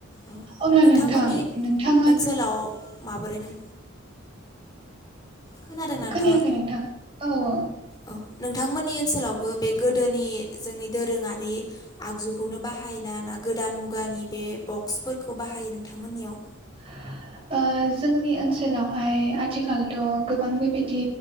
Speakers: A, on the left (about 20°); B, on the right (about 25°).
A: औ
B: अब्ला
A: नोंथांमोननि
B: नोंथां नोंथां
A: ओनसोलाव माबोरैनो खोनादोंना नोंथाङा
B: खोनायाखै नोंथां औ औ
A: औ नोंथांमोननि ओनसोलावबो बे गोदोनि जोंनि दोरोङारि आगजुखौनो बाहा यो ना ना गोदान मुगानि बे बक्सफोरखौ बाहायो नोंथांमोननियाव?
B: <inaudible> ओ जोंनि ओनसोलावहाय आथिखालथ' गोबां बेबायदि